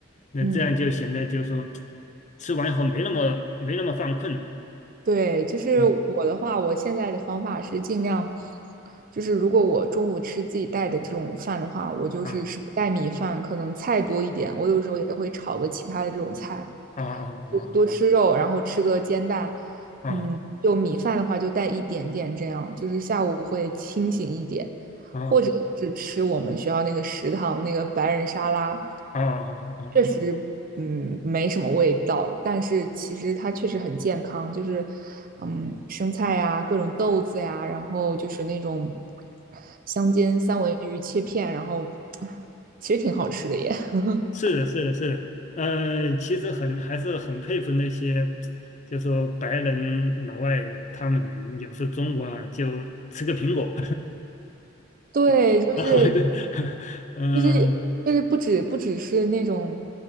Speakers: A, on the left; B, on the right.
A: 那这样就显得就是说
B: 嗯，
A: 吃完以后没那么没那么犯困了。
B: 对，就是我的话，
A: 嗯
B: 我现在的方法是尽量，就是如果我中午吃自己带的这种饭的话，我就是少带米饭，
A: 啊
B: 可能菜多一点。我有时候也会炒个其他的这种菜，
A: 啊啊啊
B: 就多吃肉，然后吃个煎蛋。
A: 啊
B: 嗯，就米饭的话就带一点点，这样就是下午会清醒一点。
A: 啊
B: 或者是吃我们学校那个食堂那个白人沙拉，
A: 啊啊啊！
B: 确实，嗯，没什么味道，但是其实它确实很健康，就是，嗯，生菜呀，各种豆子呀，然后就是那种香煎三文鱼切片，然后其实挺好吃的耶。<laughs>
A: 是的，是的，是的，呃，其实很还是很佩服那些，就说白人老外，他们有时中午啊就吃个苹果，
B: 对，
A: <laughs>
B: 就是
A: 然后对 <laughs> 嗯、
B: 就是就是不止不只是那种，